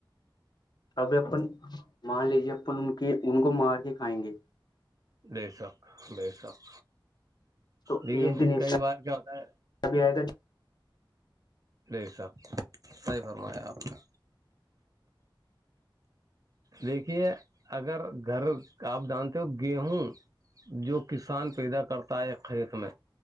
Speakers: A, on the left; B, on the right.
A: اب اپن مان لیجے اپن ان کے ان کو مار کے کھائیں گے
B: بے شک بے شک
A: تو
B: دیکھیے
A: ایک دن ای
B: کئی
A: س
B: بار کیا ہوتا ہے
A: ابھی آئے گا
B: بے شک صحیح فرمایا آپ نے دیکھیے اگر گھر کا آپ جانتے ہو گیہوں جو کسان پیدا کرتا ہے کھیت میں